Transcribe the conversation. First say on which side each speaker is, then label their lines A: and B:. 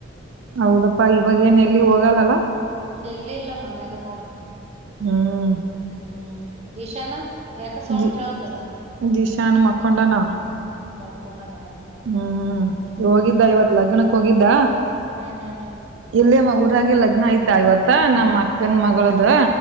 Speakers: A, on the right; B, on the right.
A: ಹೌದಪ್ಪಾ ಇವಾಗ ಏನ್ ಎಲ್ಲಿ ಹೋಗಲ್ಲಲ್ಲ
B: ಎಲ್ಲಿ ಇಲ್ಲ ಮನ್ಯಾಗ ನೋಡು
A: ಹ್ಮ್
B: ಹ್ಮ್. ದಿಶಾನ ಎಕ ಸೌಂಡ
A: ಜಿ
B: ತಿಳವಲಲ್ಲ.
A: ಜಿಶಾನ್ ಮಕ್ಕೊಂಡನ
B: ಮಲ್ಕೊಂಡನ.
A: ಹ್ಮ್ ಹೋಗಿದ್ದ ಇವತ್ ಲಗ್ನಕ್ ಹೋಗಿದ್ದ.
B: ಹ್ಮ ಹ್ಮ ಹ್ಮ
A: ಇಲ್ಲೇಮ ಊರಾಗ ಲಗ್ನ ಆಯ್ತಾ ಇವತ್ತ ನಮ್ಮ್ ಅಕ್ಕನ್ ಮಗುಳ್ದು.